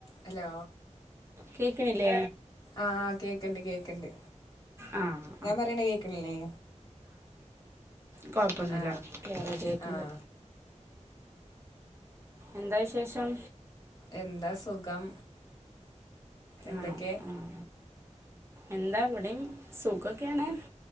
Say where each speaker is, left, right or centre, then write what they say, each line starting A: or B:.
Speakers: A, on the left (about 25°); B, on the right (about 20°).
A: Hello
B: കേക്കണില്ലേ
A: ആഹ് കേക്കണ്ട് കേക്കണ്ട്
B: ആഹ്
A: ഞാൻ പറയണ കേക്കണില്ലേ
B: കൊഴപ്പൊന്നുമില്ല
A: ആ
B: കേറ ക്കേക്ക്ണ്ട്
A: ആ
B: എന്താ വിശേഷം
A: എന്താ സുഖം എന്തൊക്കെ
B: ആണോ ആഹ് എന്താ ഇവിടെയും സുഖൊക്കെണ്